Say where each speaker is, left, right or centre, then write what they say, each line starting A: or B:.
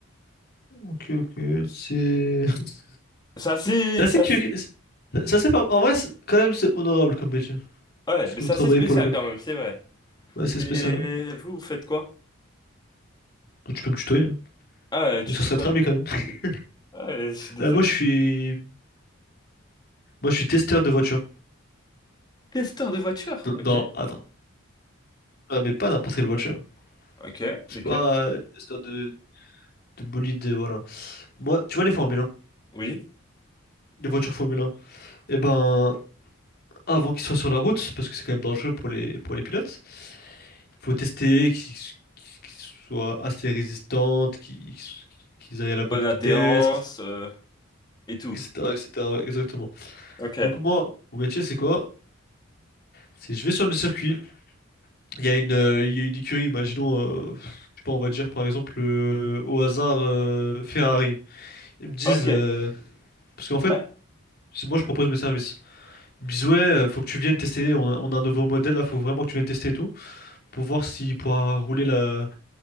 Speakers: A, on the left (about 50°); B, on the left (about 20°).
A: Ok, ok, c'est... <laughs>
B: C'est assez,
A: C'est assez
B: c'est assez-
A: curieux. Ça, c'est pas... En vrai, c'est- quand même, c'est honorable comme métier.
B: Ouais,
A: Parce
B: mais
A: que
B: c'est
A: vous travaillez
B: assez spécial
A: pour le peuple.
B: quand même, c'est vrai.
A: Ouais, c'est
B: Et
A: spécial, hein.
B: vous, vous faites quoi?
A: Donc, tu peux me tutoyer, hein.
B: Ah, euh, tu
A: Mais ça
B: fais
A: serait
B: quoi
A: très
B: du
A: bien
B: coup?
A: quand même. <laughs>
B: Ah, euh, je suis désolé.
A: Euh, moi, je suis... Moi, je suis testeur de voiture.
B: Testeur de voiture?
A: Dans... dans-
B: Ok.
A: Attends. Ah, mais pas n'importe quelle voiture.
B: Ok,
A: C'est
B: lesquels?
A: pas euh, testeur de... de bolide, euh, voilà. Moi, tu vois les Formule 1,
B: Oui.
A: les voitures Formule 1. Eh ben, avant qu'ils soient sur la route, parce que c'est quand même dangereux pour les, pour les pilotes, faut tester qu'ils qu'ils- qu'ils soient assez résistantes, qu'ils qu'ils aillent à la bonne
B: Bonne
A: vitesse,
B: adhérence, euh, et tout.
A: etc., etc., ouais, exactement.
B: Ok.
A: Donc moi, mon métier, c'est quoi? C'est je vais sur le circuit, Il y a une, euh, il y a une écurie, imaginons, euh, je sais pas, on va dire par exemple euh, au hasard euh, Ferrari. Ils me disent,
B: Ok.
A: euh, parce qu'en fait,
B: Ouais.
A: si moi je propose mes services, ils me disent ouais, euh, faut que tu viennes tester, on a, on a un nouveau modèle là, faut vraiment que tu viennes tester et tout, pour voir s'il pourra rouler la-